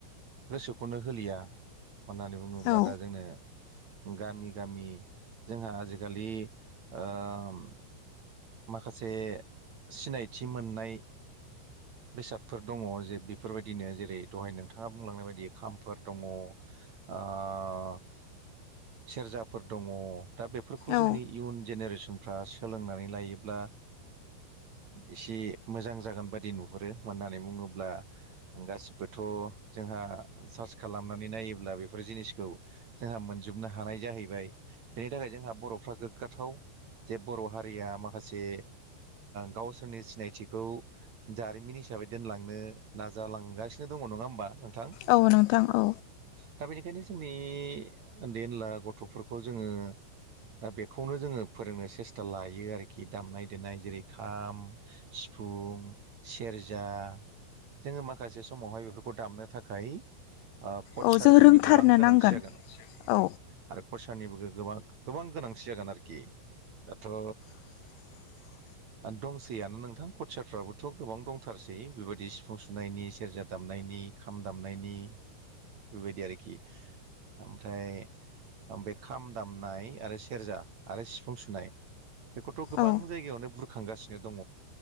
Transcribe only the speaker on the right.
गोसोखौनो होलिया। अननानै बुङोब्ला
दा जोंनो गामि गामि जोंहा आजिखालि ओम माखासे सिनायथि मोननाय बेसादफोर दङ। जे बेफोरबायदिनो जेरै दहाय नोंथाङा बुंलांनाय बायदि खामफोर दङ। ओ--सेरजाफोर दङ। दा बेफोरखौ
जोंनि इयुन जेनेरेसनफ्रा सोलोंनानै लायोब्ला एसे मोजां जागोन बादि नुहुरो मानो होननानै बुङोब्ला गासिबो थ' जोंहा सार्च खालामनानै नायोब्ला बेफोर जिनिसखौ जोंहा मोनजोबनो हानाय जायो। जाहैबाय बेनि थाखाय जोंहा बर'फ्रा गोग्गाथाव जे बर' हारिया माखासे गावसोरनि सिनायथिखौ जारिमिन हिसाबै दोनलांनो नाजालांगासिनो दङ नङा होमबा? नोंथां
दा बेनिखायनो जोंनि उन्दै उनला गथ'फोरखौ जोङो दा बेखौनो जोङो फोरोंनो सेस्था लायो आरोखि खि दामनाय देनाय जेरै खाम, सिफुं, सेरजा जोङो माखासे समावहाय बेफोरखौ दामनो थाखाय कच
सारफोरनि
गोबां गोनांथि
जागोन
आरो क सनिबो गोबां गोनांथि जागोन आरोखि दाथ'
दंसैयानो नोंथां कचारफ्राबोथ' गोबां दंथारसै बेबायदि सिफुं सुनायनि सेरजा दा मनायनि खाम दामनायनि बेबायदि आरोखि ओमफ्राय ओम बे खाम दामनाय आरो सेरजा आरो सिफुं सुनाय बेखौथ' गोबां
जायगायावनो बुरखांगासिनो दङ